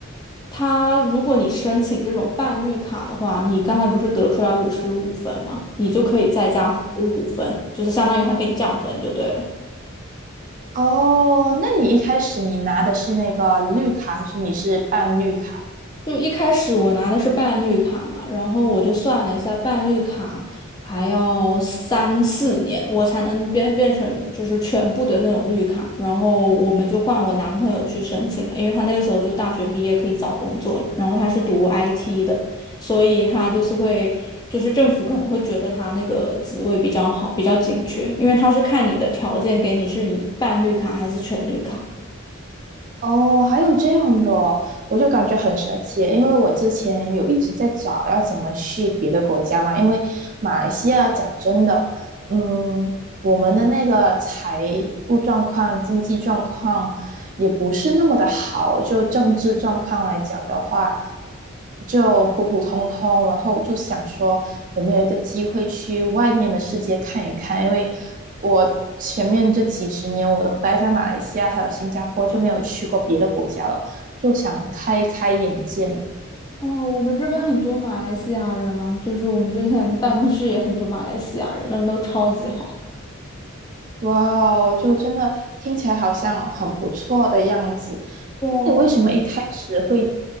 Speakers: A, on the left; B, on the right.
A: 他如果你申请这种半绿卡的话，你刚才不是得出来五十五分吗？你就可以再加五分，就是相当于他给你降分就对了。
B: 哦，那你一开始你拿的是那个绿卡，还是你是办绿卡？
A: 就一开始我拿的是伴绿卡嘛，然后我就算了一下，伴绿卡还要三四年我才能变变成就是全部的那种绿卡，然后我们就换我男朋友去申请了，因为他那个时候就大学毕业可以找工作了，然后他是读 IT 的，所以他就是会就是政府可能会觉得他那个职位比较好，比较紧缺，因为他是看你的条件给你是以伴绿卡还是全绿卡。
B: 哦，还有这样的哦我就感觉很神奇，因为我之前有一直在找要怎么去别的国家嘛，因为马来西亚讲真的，嗯，我们的那个财务状况、经济状况也不是那么的好，就政治状况来讲的话，就普普通通，然后就想说。有没有一个机会去外面的世界看一看？因为我前面这几十年我都待在马来西亚还有新加坡，就没有去过别的国家了，就想开开眼界嘛。
A: 哦，我们这边很多马来西亚人啊，就是我们之前办公室也很多马来西亚人，人都超级好。<laughs>
B: 哇哦，就真的听起来好像很不错的样子。
A: 对啊，
B: 那你为什么一开始会